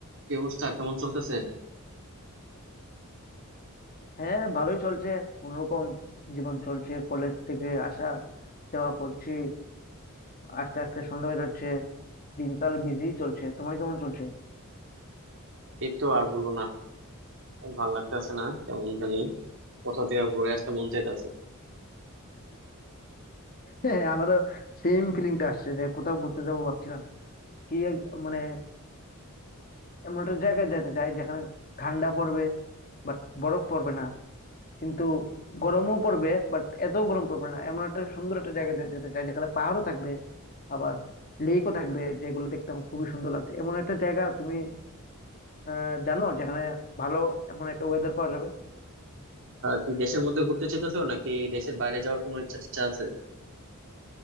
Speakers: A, on the right; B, on the left.
A: কি অবস্থা কেমন চলতেছে
B: হ্যাঁ ভালোই চলছে কোনোরকম জীবন চলছে কলেজ থেকে আসা যাওয়া করছি আস্তে আস্তে সন্ধ্যা হয়ে যাচ্ছে দিনকাল বিজি চলছে তোমার কেমন চলছে
A: এই তো আর বলো না ভাল লাগতেছে না কেমন জানি কোথাও থেকে ঘুরে আসতে মন চাইতেছে
B: হ্যাঁ আমারও সেম ফিলিংটা আসছে যে কোথাও ঘুরতে যাবো ভাবছিলাম কি এক- মানে এমন একটা জায়গায় যেতে চাই যেখানে ঠান্ডা পড়বে বাট বরফ পড়বে না কিন্তু গরমও পড়বে বাট এত গরম পড়বে না এমন একটা সুন্দর একটা জায়গায় যে- যেতে চাই যেখানে পাহাড়ও থাকবে আবার লেকও থাকবে যেগুলো দেখতে আমার খুবই সুন্দর লাগছে এমন একটা জায়গা তুমি আহ, জানো যেখানে ভালো এমন একটা ওয়েদার পাওয়া যাবে
A: কি দেশের মধ্যে ঘুরতে চাইতেছো নাকি দেশের বাইরে যাওয়ার কোনো ইচ্ছা টিচ্ছা আছে